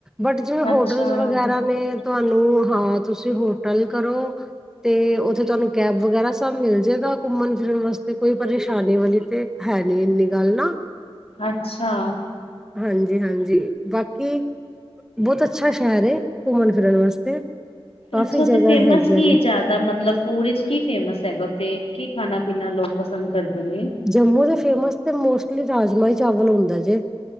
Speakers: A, in the centre; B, on the left.
A: ਬਟ ਜਿਵੇਂ ਹੋਟਲਸ
B: ਅੱਛਾ
A: ਵਗੈਰਾ ਨੇ ਤੁਹਾਨੂੰ ਹਾਂ ਤੁਸੀਂ ਹੋਟਲ ਕਰੋ। ਤੇ ਉੱਥੇ ਤੁਹਾਨੂੰ ਕੈਬ ਵਗੈਰਾ ਸਭ ਮਿਲ ਜੇਗਾ ਘੁੰਮਣ ਫਿਰਨ ਵਾਸਤੇ ਕੋਈ ਪਰੇਸ਼ਾਨੀ ਵਾਲੀ ਤੇ ਹੈ ਨੀ ਇਨੀ ਗੱਲ ਨਾ
B: ਅੱਛਾ।
A: ਹਾਂਜੀ-ਹਾਂਜੀ ਬਾਕੀ ਬਹੁਤ ਅੱਛਾ ਸ਼ਹਿਰ ਏ ਘੁੰਮਣ ਫਿਰਨ ਵਾਸਤੇ ਕਾਫ਼ੀ
B: ਅੱਛਾ ਉੱਥੇ
A: ਜਗ੍ਹਾ
B: ਫੇਮਸ
A: ਹੈਗੀਆਂ
B: ਕੀ
A: ਨੇ
B: ਜਿਆਦਾ ਮਤਲਬ ਫੂਡ ਚ ਕੀ ਫੇਮਸ ਹੈਗਾ ਉੱਥੇ। ਕੀ ਖਾਣਾ ਪੀਣਾ ਲੋਕ ਪਸੰਦ ਕਰਦੇ ਨੇ
A: ਜੰਮੂ ਦੇ ਫੇਮਸ ਤੇ ਮੋਸਟਲੀ ਰਾਜਮਾ- ਚਾਵਲ ਹੁੰਦਾ ਜੇ।